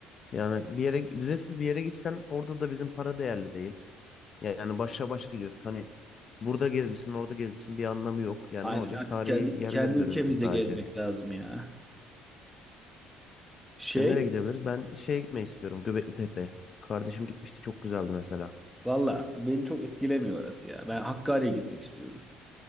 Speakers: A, on the left (about 40°); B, in the centre.
A: Yani bir yere vizesiz bir yere gitsen orada da bizim para değerli değil. Yani başa baş gidiyorsun. Hani burada gezmişsin, orada gezmişsin bir anlamı yok. Yani
B: Aynen
A: ne olacak?
B: artık
A: Tarihi
B: kendi
A: yerler
B: kendi
A: görüyorsun
B: ülkemizde
A: sadece.
B: gezmek lazım ya. Şey
A: İşte nereye gidebiliriz? Ben şeye gitmeyi istiyorum. Göbekli Tepe. Kardeşim gitmişti. Çok güzeldi mesela.
B: valla beni çok etkilemiyor orası ya. Ben Hakkari'ye gitmek istiyorum.